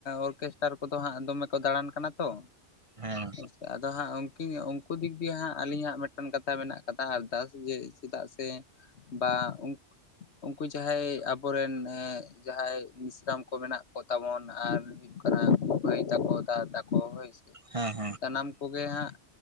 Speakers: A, on the left; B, on the right.
A: ᱚᱨᱠᱮᱥᱴᱟᱨ ᱠᱚᱫᱚ ᱦᱟᱸᱜ ᱫᱚᱢᱮ ᱠᱚ ᱫᱟᱬᱟᱱ ᱠᱟᱱᱟ ᱛᱚ
B: ᱦᱮᱸ ᱦᱮᱸ
A: ᱟᱪᱪᱷᱟ ᱟᱫᱚ ᱦᱟᱸᱜ ᱩᱱ ᱩᱱᱠᱩ ᱫᱤᱠ ᱫᱤᱭᱮ ᱦᱟᱸᱜ ᱟᱹᱞᱤᱧ ᱦᱟᱜ ᱢᱤᱫᱴᱟᱝ ᱠᱟᱛᱷᱟ ᱢᱮᱱᱟᱜ ᱟᱠᱟᱫᱟ ᱟᱨᱫᱟᱥ ᱡᱮ ᱪᱮᱫᱟᱜ ᱥᱮ ᱵᱟ ᱩᱱ <unintelligible> ᱩᱱᱠᱩ ᱡᱟᱦᱟᱸᱭ ᱟᱵᱚᱨᱮᱱ ᱡᱟᱦᱟᱸᱭ ᱢᱤᱥᱨᱟᱢ ᱠᱚ ᱢᱮᱱᱟᱜ ᱠᱚ ᱛᱟᱵᱚᱱ ᱟᱨ ᱠᱚ‌ ᱞᱟᱹᱭᱟ ᱢᱟᱹᱭ ᱛᱟᱠᱚ ᱫᱟᱫᱟ ᱛᱟᱠᱚ ᱦᱳᱭ ᱥᱮ
B: ᱦᱮᱸ ᱦᱮᱸ
A: ᱥᱟᱱᱟᱢ ᱠᱚᱜᱮ ᱦᱟᱸᱜ